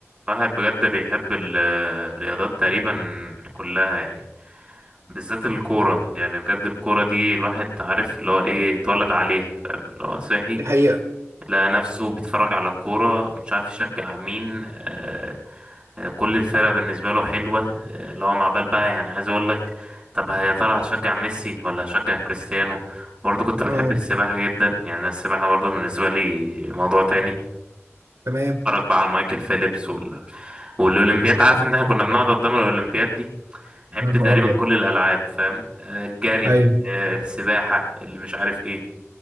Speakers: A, on the right; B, on the right.
A: واحد بجد بيحب ال- الرياضات تقريبا كلها يعني بالذات الكورة يعني بجد الكورة دي الواحد عارف اللي هو ايه اتولد عليها فاهم اللي هو صحي
B: دي حقيقة
A: لقى نفسه بيتفرج على الكورة مش عارف يشجع مين آه آه، كل الفرق بالنسبة له حلوة آه، اللي هو مع بال بقى يعني عايز اقول لك طب يا ترى هشجع ميسي ولا هشجع كريستيانو برضه كنت بحب
B: اه
A: السباحة جدا يعني أنا السباحة برضه بالنسبة لي موضوع تاني
B: تمام
A: اتفرج بقى على مايكل فيليبس والاولمبياد عارف ان احنا كنا بنقعد قدام الاولمبياد دي نحب
B: يا نهار
A: تقريبا
B: ابيض
A: كل الالعاب فاهم آه، الجري
B: ايوه
A: آه، السباحه اللي مش عارف ايه